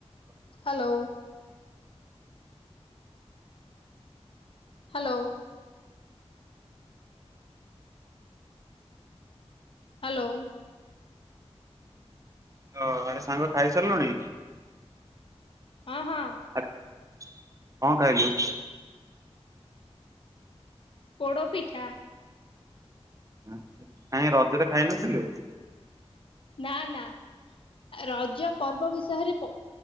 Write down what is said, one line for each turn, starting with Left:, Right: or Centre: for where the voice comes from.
Right: ହ
Left: hello. Hello.
Right: Hello.
Left: Hello.
Right: Hello ଆରେ ସାଙ୍ଗ ଖାଇସାରଲୁଣି?
Left: ଅଁ ହଁ।
Right: ଆ କଁ ଖାଇଲୁ?
Left: ପୋଡ଼ପିଠା।
Right: ଆଚ୍ଛା କାଇଁ ରଜରେ ଖାଇନଥିଲୁ?
Left: ନାଁ ନାଁ ରଜ ପର୍ବ ବିଷୟରେ ପ